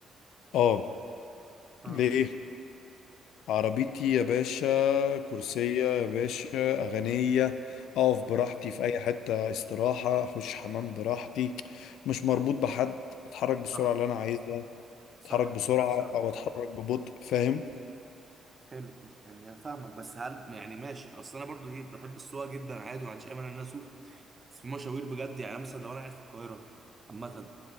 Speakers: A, on the left; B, on the right.
A: اه
B: اه
A: ليه عربيتي يا باشا كرسية يا باشا أغنية أقف
B: مم.
A: براحتي في أي حتة استراحة أخش حمام براحتي مش مربوط بحد أتحرك بالسرعة
B: صح
A: اللي أنا عايزها
B: صح
A: أتحرك بسرعة
B: نفس الوقت
A: أو أتحرك ببطء فاهم
B: حلو يعني هفهمك بس هل يعني ماشي اصل انا برضو ايه بحب السواقه جدا عادي وما عنديش اي مانع ان انا اسوق بس في مشاوير بجد يعني أنا مثلا لو انا قاعد في القاهره عامه